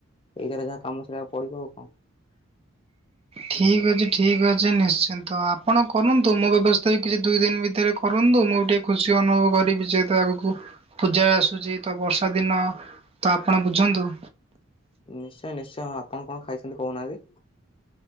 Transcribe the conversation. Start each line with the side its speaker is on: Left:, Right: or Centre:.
Left: ଏଇଥେରେ ଯାହା କାମ ଚଳେଇବାକୁ ପଡିବ ଆଉ କଣ।
Right: ଠିକ୍ ଅଛି ଠିକ୍ ଅଛି ନିଶ୍ଚିନ୍ତ ଆପଣ କରନ୍ତୁ। ମୋ ବ୍ୟବସ୍ଥା ବି କିଛି ଦୁଇ ଦିନ ଭିତରେ କରନ୍ତୁ ମୁଁ ଟିକେ ଖୁସି ଅନୁଭବ କରିବି। ଯେହେତୁ ଆଗକୁ ପୂଜା ଆସୁଛି ତ ବର୍ଷା ଦିନ ତ ଆପଣ ବୁଝନ୍ତୁ।
Left: ନିଶ୍ଚୟ ନିଶ୍ଚୟ ଆପଣ କଣ ଖାଇଛନ୍ତି କହୁନାହାନ୍ତି?